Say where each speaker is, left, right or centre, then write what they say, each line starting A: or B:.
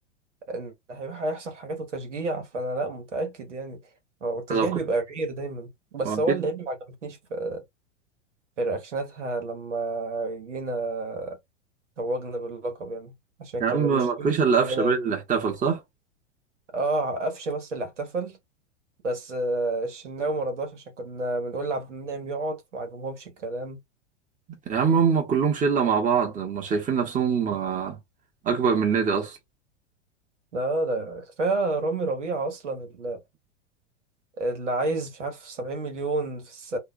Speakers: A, on the right; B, on the right.
A: ان هيروح هيحصل حاجات وتشجيع فانا لا متاكد يعني هو التشجيع
B: لو كنت
A: بيبقى غير دايما بس
B: ما
A: هو
B: جيت
A: اللعيبه ما عجبتنيش في, في رياكشناتها لما جينا توجنا باللقب يعني عشان كانوا
B: يا عم ما
A: بيشتموا
B: فيش الا
A: مننا
B: قفشه بين اللي احتفل صح
A: اه قفشه بس اللي احتفل بس آه، الشناوي ما رضاش عشان كنا بنقول لعبد المنعم يقعد فما عجبهمش الكلام
B: يا عم هم كلهم شله مع بعض هم شايفين نفسهم آه، اكبر من النادي اصلا
A: لا ده كفاية رامي ربيعة أصلا اللي اللي عايز مش عارف سبعين مليون في الس...